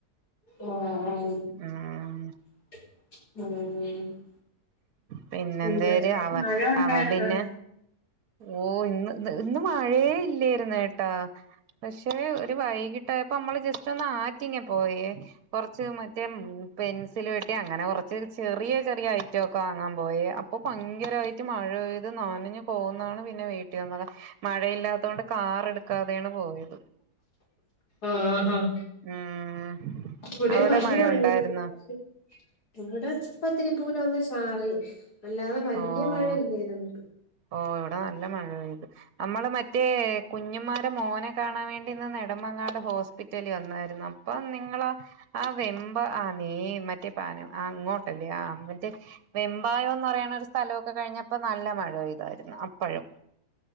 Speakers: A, on the left (about 80°); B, on the right (about 65°).
A: ആഹ്
B: ഉം
A: ഉം
B: പിന്നെ
A: പിന്നെന്തേലും
B: എന്തോര് അവ
A: മഴ ഉണ്ടായിരുന്നോ
B: അവൻ പിന്നെ ഓ ഇന്ന് ഇന്ന് മഴയ ഇല്ലായിരുന്നേട്ടാ? പക്ഷെ ഒരു വൈകിട്ടപ്പോ നമ്മള് ജസ്റ്റ് ഒന്ന് ആറ്റിങ്ങ പോയേ കൊറച്ച് മറ്റേ പെൻസില് പോട്ടി അങ്ങനെ കുറച്ച് ചെറിയ ചെറിയ ഐറ്റം ഒക്കെ വാങ്ങാൻ പോയി അപ്പൊ ഭയങ്കരമായിട്ട് പറ്റ് മഴ പെയ്ത് നാന പോകുന്നണ് പിന്നെ വിട്ടിൽ വന്നത് മഴയില്ലാത്ത കൊണ്ട് കാർ എടുക്കാതെയാണ് പോയത്
A: ആഹ് ആഹ്
B: ഉം
A: ഇവിടെ
B: അവിടെ
A: മല്യ മഴ
B: ഉണ്ടായിരുന്നോ
A: ഇല്ല ണില്ലേ ഇവിടെ പത്തിരിപ്പൂല ഒന്ന് ചാറി അല്ലാതെ വലിയ
B: ഓ
A: മഴ ഇല്ലായിരുന്നു
B: ഓ ഇവിടെ നല്ല മഴയത് നമ്മള് മറ്റേ കുഞ്ഞിമാരെ മോനെ കാണാൻ വേണ്ടിന്ന് നെടുമങ്ങാട് ഹോസ്പിറ്റൽ റ്റലി ഒന്നായിരുന്നു അപ്പൊ നിങ്ങള് ആ വെമ്പ ആ നീ മറ്റേ പാനും ആ അങ്ങോട്ടല്ലേ ആ മറ്റേ വെമ്പായംന്ന് പറയ്ണ ഒരു സ്ഥലമൊക്കെ കഴിഞ്ഞപ്പോ നല്ല മഴ പ്തായിരുന്നു അപ്പഴും